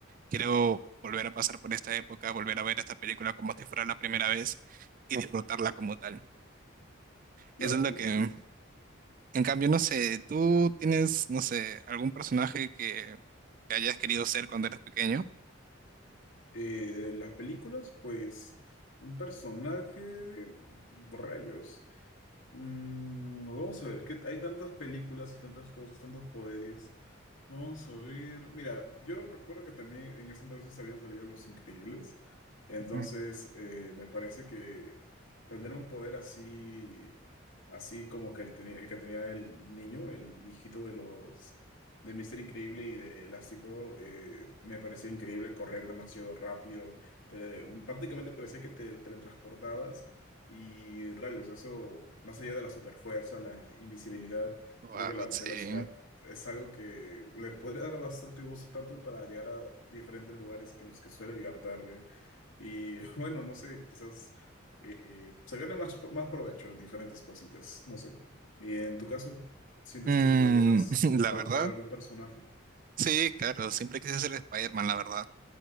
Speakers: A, on the right; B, on the left.
A: Quiero volver a pasar por esta época, volver a ver esta película como si fuera la primera vez y disfrutarla como tal.
B: Claro,
A: Eso es lo
B: me imagino.
A: que, en cambio, no sé, tú tienes, no sé, algún personaje que, que hayas querido ser cuando eras pequeño.
B: Eh, de las películas, pues un personaje, rayos. Mm, vamos a ver, es que hay tantas películas y tantas cosas, tantos poderes. Vamos a ver. Mira, yo recuerdo que también en ese entonces habían salido Los Increíbles. Entonces,
A: Ujú.
B: eh, me parece que tener un poder así, así como que el, teni- el que tenía el niño, el hijito de los de Mister Increíble y de Elastigirl, eh, me parecía increíble correr demasiado rápido. Te- prácticamente parecía que te teletransportabas. Y rayos, eso, más allá de la superfuerza, la invisibilidad,
A: Wow,
B: creo que la velocidad
A: sí.
B: es algo que le podría dar bastante gusto tanto para llegar a diferentes lugares que en los que suelo llegar tarde. Y <laughs> bueno, no sé, quizás eh, se gane más, por- más provecho de diferentes cositas, no sé. Y en tu caso, ¿sientes
A: Mm,
B: que podrías
A: <laughs> la
B: adoptar
A: verdad,
B: a algún personaje?
A: sí, claro, siempre quise ser Spider-Man, la verdad.